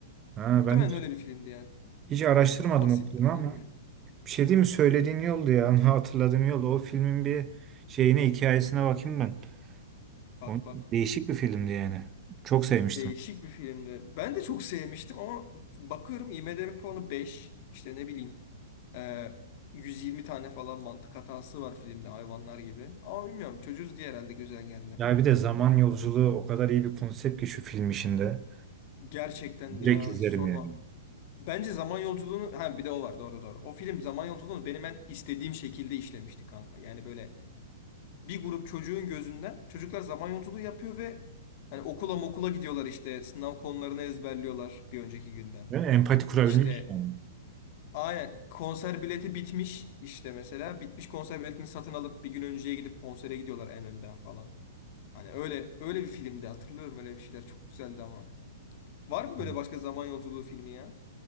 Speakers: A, on the right; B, on the left.
A: Ha,
B: Muhtemelen
A: ben hiç,
B: öyle bir filmdi yani.
A: hiç araştırmadım
B: Basit
A: o filmi
B: bir filmdi.
A: ama bir şey değil mi söylediğin yoldu ya <laughs> hatırladığım yoldu. O filmin bir şeyine hikayesine bakayım ben.
B: Bak
A: O,
B: bak.
A: değişik bir filmdi yani. Çok sevmiştim.
B: Değişik bir filmdi. Ben de çok sevmiştim ama bakıyorum IMDb puanı 5. İşte ne bileyim. e, 120 tane falan mantık hatası var filmde hayvanlar gibi. Ama bilmiyorum çocuğuz diye herhalde güzel geldi.
A: Ya bir de zaman yolculuğu o kadar iyi bir konsept ki şu film işinde.
B: Gerçekten
A: Direkt
B: ya
A: izlerim
B: hiç sorma.
A: yani.
B: Bence zaman yolculuğunu ha bir de o var doğru doğru. O film zaman yolculuğunu benim en istediğim şekilde işlemişti kanka. Yani böyle bir grup çocuğun gözünden çocuklar zaman yolculuğu yapıyor ve hani okula mokula gidiyorlar işte sınav konularını ezberliyorlar bir önceki günden.
A: Değil mi? Empati kurabilmiş.
B: İşte
A: yani.
B: aynen konser bileti bitmiş işte mesela bitmiş konser biletini satın alıp bir gün önceye gidip konsere gidiyorlar en önden falan. Hani öyle öyle bir filmdi hatırlıyorum öyle bir şeyler çok güzeldi ama. Var mı böyle
A: Evet.
B: başka zaman yolculuğu filmi ya?